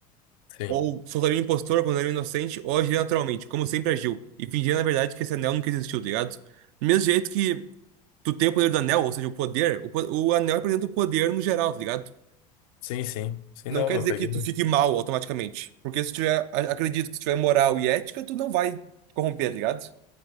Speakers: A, on the left; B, on the right.
A: sim.
B: Ou soltaria um impostor quando era inocente, ou agiria naturalmente, como sempre agiu, e fingia na verdade que esse anel nunca existiu, tá ligado? Do mesmo jeito que tu tem o poder do anel, ou seja, o poder, o, po- o anel representa o poder no geral, tá ligado?
A: Sim, sim. Sim,
B: Não
A: não,
B: quer
A: eu
B: dizer
A: peguei.
B: que tu fique mal automaticamente. Porque se tiver, a- acredito que se tiver moral e ética, tu não vai te corromper, tá ligado?